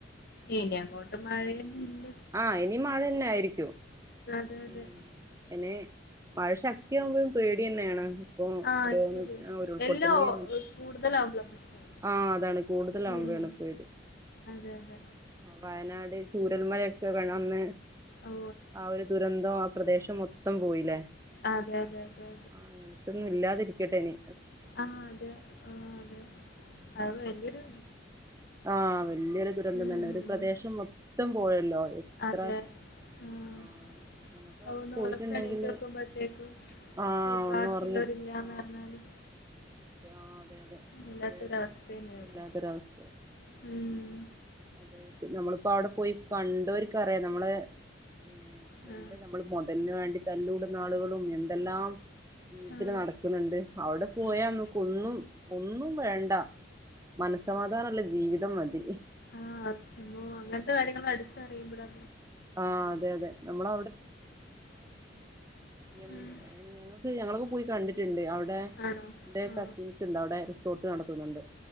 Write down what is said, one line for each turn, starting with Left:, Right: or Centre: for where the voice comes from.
Left: ഇനി അങ്ങോട്ട് മഴയൊന്നുമി
Right: ആഹ് ഇനി മഴ തന്നെ ആയിരിക്കും
Left: അതേ അതേ
Right: ഉം ഇനി മഴ ശക്തിയാവുമ്പഴും പേടിതന്നെയാണ് ഇപ്പൊ
Left: ആ
Right: ഓരോന്ന്
Left: ശരിയാ
Right: ഉരുൾപൊട്ടല്
Left: എല്ലാം ഓ- കൂടുതലാവുമ്പളാ പ്രശ്നം
Right: ആഹ് അതാണ് കൂടുതല് ആകുമ്പഴാണ്
Left: ഉം
Right: പേടി
Left: അതെ അതെ
Right: വയനാട് ചൂരൽമലയൊക്കെ കാരണം അന്ന്
Left: ഓ
Right: ആ ഒരു ദുരന്തം ആ പ്രദേശം മൊ ത്തം പോയില്ലേ
Left: അതെ അതെ അതെ അതെ
Right: ആ അങ്ങനത്തൊന്നും ഇല്ലാതിരി കെട്ടണി
Left: ആഹ് അതെ ഏഹ് അതെ അത് വല്ല്യൊരു
Right: ആഹ് വല്ല്യൊരു ദുരന്തം
Left: ഉം
Right: തന്നെ ഒരു പ്രദേശം മൊത്തം പോയല്ലോ എത്ര
Left: അതെ ആഹ്
Right: ആ നമുക്ക്
Left: അത്
Right: അവിടെ
Left: ഒന്ന്
Right: പോയിട്ടുണ്ടെങ്കില്
Left: ഒറക്കം എണീറ്റ് നോക്കുമ്പോത്തേക്കും
Right: ആ
Left: ബാക്കിയുള്ളോര്
Right: ഒന്ന് ഉറങ്ങി
Left: ഇല്ലാന്നറിഞ്ഞാല്
Right: ആ <unintelligible>
Left: വല്ലാത്തൊരവസ്ഥ
Right: ഒരു
Left: ന്നെ
Right: വല്ലാത്തൊരവസ്ഥ
Left: അത് ഉം
Right: അതെ നമ്മളിപ്പോ അവിടെ പോയി കണ്ടോരിക്ക്‌ അറിയാം നമ്മളെ ഏഹ്
Left: ആ.
Right: എന്താ നമ്മൾ മുതലിന് വേണ്ടി തല്ലൂടുന്നാളുകളും എന്തെല്ലാം ജീവിതത്തില്
Left: ആ.
Right: നടക്കുന്നുണ്ട് അവിടെ പോയാനൊക്കും
Left: അതെ
Right: ഒന്നും ഒന്നും വേണ്ട മന സമാധാനിള്ള ജീവി വിതം മതി
Left: ആഹ് അത് സംഭവം അങ്ങനത്തെ കാര്യങ്ങൾ അടുത്തറിയുമ്പോളാ
Right: ആഹ് അതെ അതെ നമ്മള് എന്ന്
Left: ഉം.
Right: ഞങ്ങൾക്ക് ഞങ്ങളൊക്കെ പോയി കണ്ടിട്ടുണ്ട് അവി ടെ
Left: ആണോ
Right: ന്റെ
Left: ആ
Right: കസിൻസ് ഇണ്ട് അവിടെ റിസോർ ട്ട് നടത്തുന്നുണ്ട്